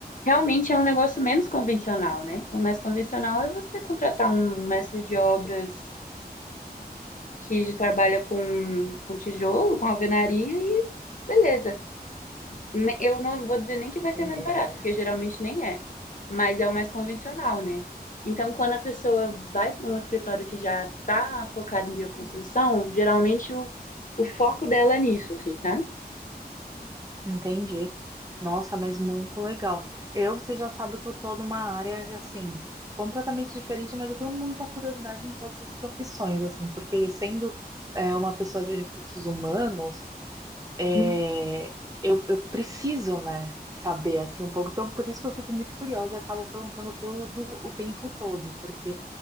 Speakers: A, on the left; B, on the right.
A: realmente é um negócio menos convencional, né? O mais convencional é você contratar um mestre de obras que trabalha com, com tijolo, com alvenaria e beleza. Ne- Eu não vou dizer nem que vai
B: entendi,
A: ser mais barato, porque geralmente nem é, mas é o mais convencional, né? Então, quando a pessoa vai para um escritório que já está focado em bioconstrução, geralmente o, o foco dela é nisso, assim, sabe?
B: entendi. Nossa, mas muito legal. Eu, você já sabe que eu tô numa área, assim, completamente diferente, mas eu tenho muita curiosidade em todas as profissões, assim, porque eu sendo, é, uma pessoa de recursos humanos, é,
A: Uhum.
B: eu, eu preciso, né, saber assim um pouco. Então, por isso que eu fico muito curiosa e acabo perguntando tudo o tempo todo, porque